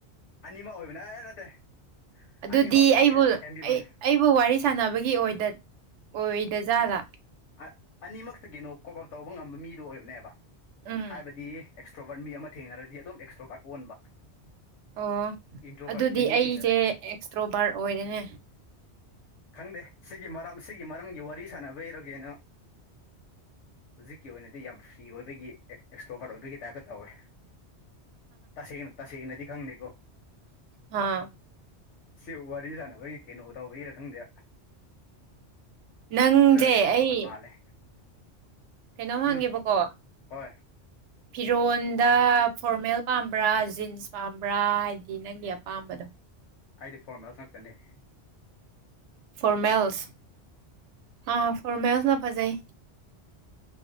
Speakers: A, on the left (about 85°); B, on the right (about 85°).
A: ꯑꯅꯤꯃꯛ ꯑꯣꯏꯕꯅꯦ ꯑꯥꯑꯥ ꯅꯠꯇꯦ
B: ꯑꯗꯨꯗꯤ
A: ꯑꯅꯤꯃꯛ
B: ꯑꯩꯕꯨ
A: ꯀꯦ- ꯑꯦꯝꯕꯤ-
B: ꯑꯩ ꯑꯩꯕꯨ ꯋꯥꯔꯤ ꯁꯥꯟꯅꯕꯒꯤ ꯑꯣꯏꯗꯠ ꯑꯣꯏꯗ ꯖꯥꯠꯂ
A: ꯑ ꯑꯅꯤꯃꯛꯇꯒꯤꯅꯣ ꯀꯣꯞ ꯑꯞ ꯇꯧꯕ ꯉꯝꯕ ꯃꯤꯗꯣ ꯑꯣꯏꯕꯅꯦꯕ
B: ꯎꯝ
A: ꯍꯥꯏꯕꯗꯤ ꯑꯦꯛꯁꯇ꯭ꯔꯣꯕꯥꯔꯠ ꯃꯤ ꯑꯃ ꯊꯦꯡꯅꯔꯗꯤ ꯑꯗꯨꯝ ꯑꯦꯛꯁꯇ꯭ꯔꯣꯕꯥꯔꯠ ꯑꯣꯟꯕ
B: ꯑꯣ
A: ꯏꯟꯇ꯭ꯔꯣꯕꯔꯠꯀꯤ
B: ꯑꯗꯨꯗꯤ
A: ꯃꯤ
B: ꯑꯩꯁꯦ
A: ꯊꯦꯡꯅꯔꯤ
B: ꯑꯦꯛꯁꯇ꯭ꯔꯣꯕꯥꯔꯠ ꯑꯣꯏꯔꯦꯅꯦ
A: ꯈꯪꯗꯦ ꯁꯤꯒꯤ ꯃꯔꯝ ꯁꯤꯒꯤ ꯃꯔꯝꯒꯤ ꯋꯥꯔꯤ ꯁꯥꯟꯅꯕꯩꯔ ꯀꯩꯅꯣ ꯍꯧꯖꯤꯛꯀꯤ ꯑꯣꯏꯅꯗꯤ ꯌꯥꯝ ꯐ꯭ꯔꯤ ꯑꯣꯏꯕꯒꯤ ꯑꯦ ꯑꯦꯛꯁꯇ꯭ꯔꯣꯕꯔꯠ ꯑꯣꯏꯕꯒꯤ ꯇꯥꯏꯞꯇ ꯇꯧꯋꯦ ꯇꯁꯦꯡꯅ ꯇꯁꯦꯡꯅꯗꯤ ꯈꯪꯗꯦꯀꯣ
B: ꯍꯥꯥ
A: ꯁꯤ ꯋꯥꯔꯤ ꯁꯥꯟꯅꯕꯒꯤ ꯀꯩꯅꯣ ꯇꯧꯕꯒꯤꯔ ꯈꯪꯗꯦ
B: ꯅꯪꯁꯦ
A: ꯈꯔ ꯑꯦꯛꯁꯇꯧꯕ
B: ꯑꯩ
A: ꯃꯥꯜꯂꯦ
B: ꯀꯩꯅꯣꯝ
A: ꯎꯝ
B: ꯍꯪꯒꯦꯕꯀꯣ
A: ꯍꯣꯏ
B: ꯐꯤꯔꯣꯟꯗ ꯐꯣꯔꯃꯦꯜ ꯄꯥꯝꯕ꯭ꯔꯥ ꯖꯤꯟꯁ ꯄꯥꯝꯕ꯭ꯔꯥ ꯍꯥꯏꯕꯗꯤ ꯅꯪꯒꯤ ꯑꯄꯥꯝꯕꯗꯣ
A: ꯑꯩꯗꯤ ꯐꯣꯔꯃꯦꯜ ꯈꯛꯇꯅꯦ
B: ꯐꯣꯔꯃꯦꯜꯁ ꯑꯥ ꯐꯣꯔꯃꯦꯜꯁꯅ ꯐꯖꯩ